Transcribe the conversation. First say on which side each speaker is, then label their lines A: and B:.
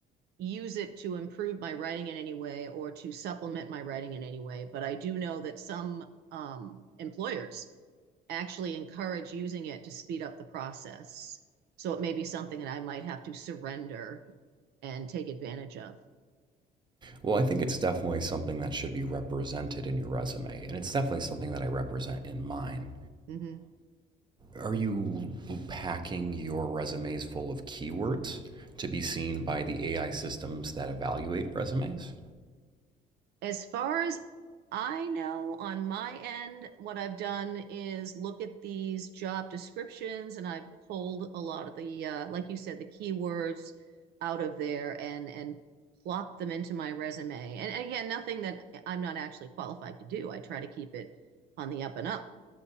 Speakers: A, on the right; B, on the right.
A: use it to improve my writing in any way or to supplement my writing in any way. But I do know that some um, employers actually encourage using it to speed up the process. So it may be something that I might have to surrender and take advantage of.
B: Well, I think it's definitely something that should be represented in your resume, and it's definitely something that I represent in mine.
A: Mhm.
B: Are you packing your resumes full of keywords to be seen by the AI systems that evaluate resumes?
A: As far as I know, on my end, what I've done is look at these job descriptions and I've pulled a lot of the, uh, like you said, the keywords out of there and and plopped them into my resume. And again, nothing that I'm not actually qualified to do. I try to keep it on the up and up.